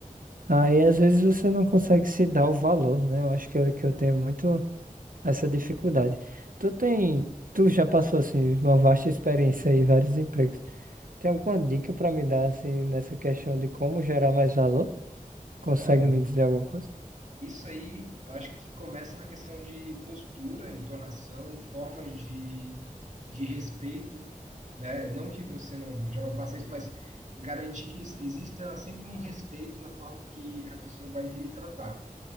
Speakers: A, on the right (about 70°); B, on the right (about 55°).
A: Aí às vezes você não consegue se dar o valor, né? Eu acho que eu, que eu tenho muito essa dificuldade. Tu tem, tu já passou assim uma vasta experiência aí, vários empregos. Tem alguma dica para me dar assim nessa questão de como gerar mais valor? Consegue
B: Olha,
A: me dizer alguma coisa?
B: Isso aí, eu acho que começa na questão de postura, entonação, formas de, de respeito, né? Não que você não, já não faça isso, mas garantir que exista sempre um respeito na forma que a pessoa vai lhe tratar.